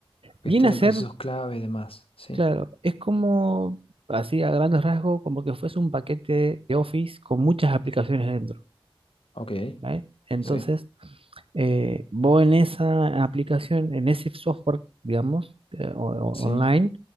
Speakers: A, on the left; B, on the right.
A: Gestión
B: Viene a
A: de
B: ser,
A: procesos clave y demás. Sí.
B: claro, es como, así a grandes rasgos, como que fuese un paquete de Office con muchas aplicaciones dentro,
A: Ok.
B: ¿vale? Entonces,
A: Sí.
B: eh, vos en esa aplicación, en ese software, digamos, eh, o- o-
A: Sí.
B: online,